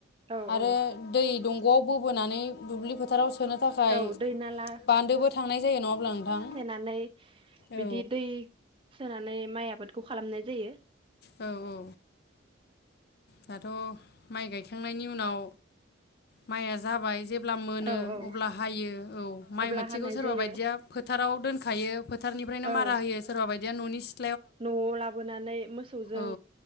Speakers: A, on the right (about 25°); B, on the left (about 50°).
A: औ
B: आरो
A: औ
B: दै दं नआव बोनानै दुब्लि फोथाव सो सोनो थाखाय
A: औ दै नाला
B: बान्दोबो थांनाय जायो नङा होमब्ला नोंथां?
A: नानै
B: औ
A: बिदि दै सोनानै माइ आबादखौ खालामनाय जायो।
B: औ औ दाथ' माइ गायखांनायनि उनाव माइया जाबाय जेब्ला मोनो
A: औ औ
B: अब्ला हायो औ माइ
A: अब्ला
B: मोनसेखौ
A: हानाय
B: सोरबा
A: जायो
B: बायदिया फ फोथाराव दोनखायो फोथारनिफ्रायनो
A: औ
B: मारा होयो सोरबा बायदि <unintelligible>
A: न'आव लाबोनानै मोसौ मोसौजों
B: औ